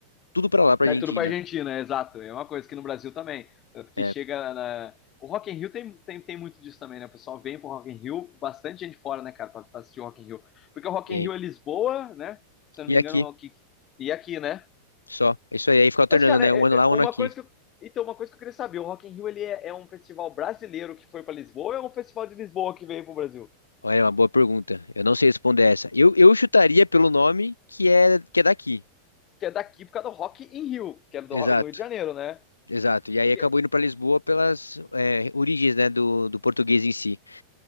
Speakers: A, on the left; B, on the left.
A: tudo pra lá, pra
B: É
A: Argentina.
B: tudo pra Argentina, é exato. É uma coisa que no Brasil também. Tanto que
A: É,
B: chega na. O Rock in Rio tem, tem, tem muito disso também, né? O pessoal vem pro Rock in Rio, bastante gente fora, né, cara, pra, pra assistir o Rock in Rio. Porque o Rock
A: bem.
B: in Rio é Lisboa, né? Se eu não
A: E
B: me engano,
A: aqui,
B: é o que... e aqui, né?
A: só. É Isso aí, aí fica alternando,
B: Mas, cara,
A: né?
B: é-
A: Um ano
B: é
A: lá, um
B: uma
A: ano aqui.
B: coisa que eu... Então, uma coisa que eu queria saber, o Rock in Rio, ele é, é um festival brasileiro que foi pra Lisboa ou é um festival de Lisboa que veio pro Brasil?
A: Olha, é uma boa pergunta. Eu não sei responder essa. Eu, eu chutaria pelo nome que é que é daqui.
B: Que é daqui por causa do Rock in Rio, que é do,
A: Exato,
B: Ro- do Rio de Janeiro, né?
A: exato. E aí
B: Porque
A: acabou indo para Lisboa pelas é, origens, né, do, do português em si.